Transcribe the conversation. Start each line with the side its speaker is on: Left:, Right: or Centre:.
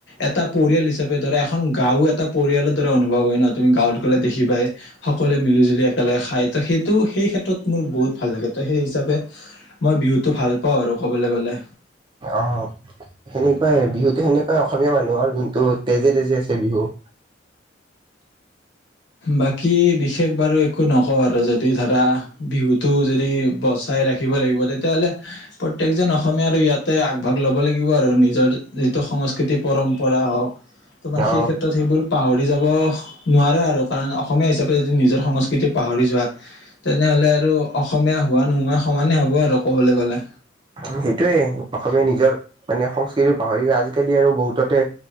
Left: এটা পৰিয়াল হিচাপে ধৰা এখন গাঁও এটা পৰিয়ালৰ দৰে অনুভৱ হয় ন, তুমি গাঁৱত গ'লে দেখিবাই। সকলোৱে মিলি জুলি একেলগে খায় ত' সেইটো সেই ক্ষেত্ৰত মোৰ বহুত ভাল লাগে। ত' সেই হিচাপে মই বিহুটো ভাল পাওঁ আৰু ক'বলৈ গ'লে।
Right: অঁ, সেনেকুৱাই‌ বিহুতো সেনেকুৱাই অসমীয়া মানুহৰ যোনটো তেজে তেজে আছে বিহু।
Left: বাকী বিশেষ বাৰু একো নকওঁ আৰু, যদি ধৰা বিহুটো যদি বচাই ৰাখি ৰাখিব লাগিব। তেতিয়াহ'লে প্ৰত্যেকজন অসমীয়া আৰু ইয়াতে আগভাগ ল'ব লাগিব আৰু নিজৰ যিটো সং স্কৃতি পৰম্পৰা হওক তোমাৰ
Right: অ
Left: সেই ক্ষেত্ৰত সেইবোৰ পাহৰি যাব নোৱাৰা আৰু। কাৰণ অসমীয়া হিচাপে যদি নিজৰ সংস্কৃতিক পাহৰি যোৱা তেনেহ'লে আৰু অসমীয়া হোৱা নোহোৱা সমানে হ'ব আৰু ক'বলে গ'লে।
Right: সেইটোৱে অসমীয়াই নিজৰ মানে সংস্কৃতি পাহৰি আজিকালি আৰু বহুততে